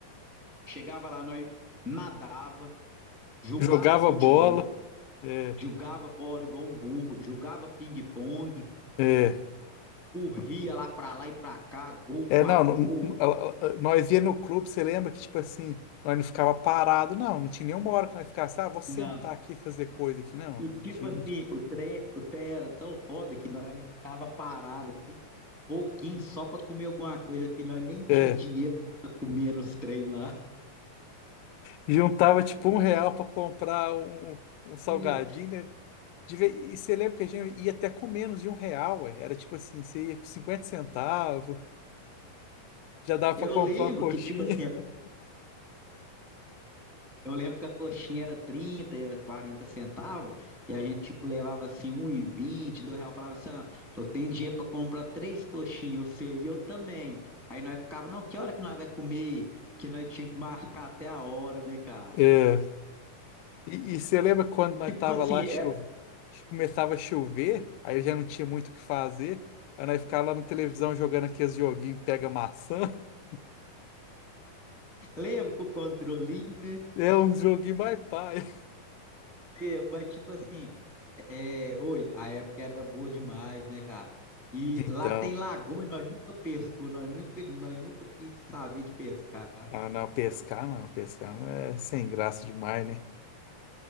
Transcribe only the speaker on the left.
Jogava
bola. É,
é.
É, não,
não-
não- a- a- nós ia no clube, você lembra que, tipo assim, nós não ficava parado, não, não tinha nenhuma hora que nós ficasse, ah, vou sentar
aqui e fazer coisa aqui. Não,
não
tinha,
não tinha.
É,
juntava tipo um real para comprar um, um um salgadinho,
né? De ve- E você lembra que a gente ia até com menos de um real, ué? Era tipo assim, você ia com 50 centavos, já dava
pra comprar
uma coxinha.
<laughs>
É. E, e você lembra quando nós
tava
lá,
chove... começava a chover, aí já não tinha muito o que fazer, aí nós ficava lá na televisão jogando aqueles joguinhos, pega maçã. <laughs>
É um joguinho mais pai.
Então,
ah não, pescar não, pescar não é sem graça demais, né?